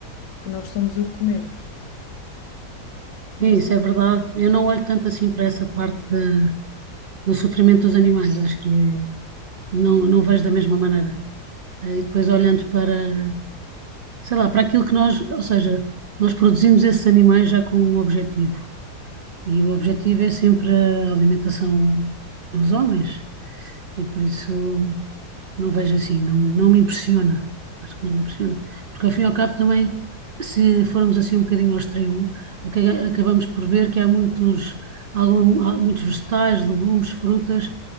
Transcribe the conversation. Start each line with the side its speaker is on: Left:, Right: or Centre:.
Left: que nós somos o que comemos. Por
Right: É
Left: isso,
Right: isso, é verdade. Eu não olho tanto assim para essa parte da- do sofrimento dos animais, acho que é- não, não vejo da mesma maneira. Eh, E depois olhando para, sei lá, para aquilo que nós, ou seja, nós produzimos esses animais já com um objetivo. E o objetivo é sempre a alimentação dos homens, e por isso não vejo assim, não, não me impressiona. Acho que não me impressiona. Porque ao fim e ao cabo também, se formos assim um bocadinho ao extremo, aca- acabamos por ver que há muitos, algum, há muitos vegetais, legumes, frutas